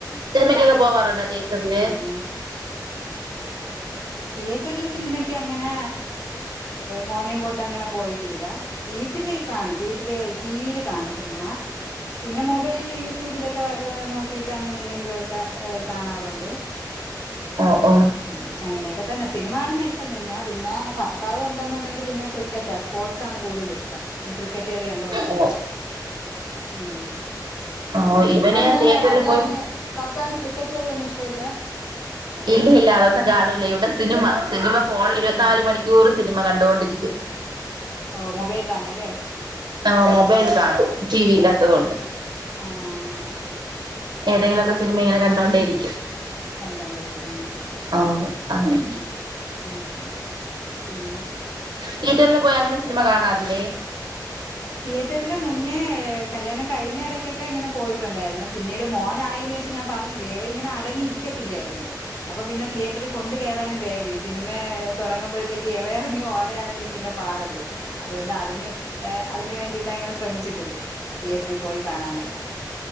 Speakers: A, on the right; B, on the left.
A: സിനിമയ്ക്കൊക്കെ പോവാറുണ്ടോ തിയേറ്ററ്ല്.
B: പിന്നെ തിയേറ്ററില് സിനിമയ്ക്ക് അങ്ങനെ. മോനേം കൊണ്ട് അങ്ങനെ പോയിട്ടില്ല. വീട്ടിലേക്കാണ് വീട്ടി ട്ടിലെ ടീവീല് കാണ സിനിമ. പിന്നെ മൊബൈലില് യൂട്യൂബിലൊക്കെ നോക്കിയിട്ട് അങ്ങനെ എന്തെങ്കിലു ഒക്കെ കാണാറുണ്ട്.
A: ഓ ഓ
B: ഉം പിന്നെ അങ്ങനെ ഒക്കെ തന്നെ സിനിമാണുന്നെ ഇഷ്ടം തന്നെ. പിന്നെ ഭർത്താവ് ഉണ്ടെന്നുണ്ടെങ്കി പിന്നെ ക്രിക്കറ്റാ സ്പോർട്സാണ് കൂടുതലിഷ്ടം ക്രിക്കറ്റ് കളി കണ്ടോണ്ടിരിക്കും
A: ഓ
B: ഉം.
A: ഓ ഇവന്
B: അവിടെ
A: തിയേറ്ററിൽ
B: ഭർത്താവിന്
A: പോയി
B: ഭർത്താവിന് ക്രിക്കറ്റ് കളിയൊന്നും ഇഷ്ട്ട വില്ല.
A: ഇല്ല ഇല്ല അതൊന്നും കാണൂല്ല. ഇവിടെ സിനിമ സിനിമ ഫോൺല് ഇരുപത്തിനാല്
B: സിനിമ
A: മണിക്കൂറ് സിനിമ കണ്ടോണ്ടിരിക്ക്യും.
B: ഓഹ് മൊബൈലിലാണെല്ലെ.
A: ആ മൊബൈല് കാണും ടി വി ഇല്ലാത്തത്
B: ഓ
A: കൊണ്ട്.
B: ആഹ്
A: ഏതെങ്കിലൊക്കെ സിനിമ ഇങ്ങനെ കണ്ടോണ്ടേയിരിക്കും.
B: കണ്ടോണ്ടിരിക്കാം ആ ആ.
A: ഓ അങ്ങനെ
B: ഉം. പിന്നെ.
A: തിയേറ്ററില് പോയി അങ്ങനെ സിനിമ കാണാറില്ലെ
B: തിയേറ്ററില് മുന്നേ കല്യാണം കഴിഞ്ഞ ഇടക്കൊക്കെ ഇങ്ങനെ പോയിട്ടുണ്ടായിരുന്നു. പിന്നീട് മോനായേനേഷം പക്ഷെ ഞാൻ പറഞ്ഞില്ലേ ഇവ ഇങ്ങനെ അടങ്ങിയിരിക്കെത്തില്ലായിരുന്നു. അപ്പൊ പിന്നെ തിയേറ്ററി കൊണ്ടു കേറാനും പേടി. സിനിമെ തൊടങ്ങുമ്പഴത്തേക്ക് എളേ എറങ്ങി ഓടാണെങ്കി പിന്നെ പാടല്ലെ. അതുകൊണ്ട് അതിന് ഏ അതിന് വേണ്ടീട്ട് അങ്ങനെ ശ്രമിച്ചിട്ടില്ല. തിയേറ്ററി പോയി കാണാനായിട്ട്.